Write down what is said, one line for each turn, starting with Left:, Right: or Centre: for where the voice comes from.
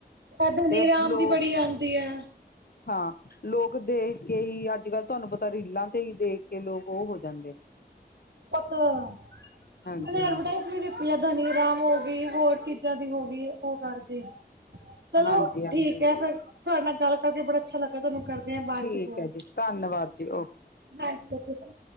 Right: ਆ ਧਨੀ
Left: ਤੇ
Right: ਰਾਮ
Left: ਲੋਕ,
Right: ਦੀ ਬੜੀ ਆਉਂਦੀ ਹੈ
Left: ਹਾਂ, ਲੋਕ ਦੇਖ ਕੇ ਹੀ ਅੱਜ ਕੱਲ੍ਹ ਤੁਹਾਨੂੰ ਪਤਾ ਰੀਲਾਂ ਤੇ ਹੀ ਦੇਖ ਕੇ ਲੋਕ ਉਹ ਹੋ ਜਾਂਦੇ।
Right: ਉਹ ਉਹਨਾ
Left: ਹਾਂਜੀ ਹਾਂਜੀ
Right: ਐਡਵਰਟਾਈਜ਼ ਵੀ ਦਿੱਤੀ ਆ ਧਨੀ ਰਾਮ ਉਹ ਵੀ ਹੋਰ ਚੀਾਂ ਜ਼ਾਂ ਦੀ ਹੋ ਗਈ। ਉਹ ਕਰਕੇ ਚਲੋ
Left: ਹਾਂਜੀ ਹਾਂਜੀ
Right: ਠੀਕ ਹੈ, ਫਿਰ ਤੁਹਾਡੇ ਨਾਲ ਗੱਲ ਕਰਕੇ ਬੜਾ ਅੱਛਾ ਲੱਗਾ ਤੁਹਾਨੂੰ ਕਰਦੇ ਆ ਬਾਅਦ
Left: ਠੀਕ
Right: ਚ ਕੋਲ।
Left: ਹੈ ਜੀ ਧੰਨਵਾਦ ਜੀ ਓਕੇ
Right: ਹਾਂਜੀ।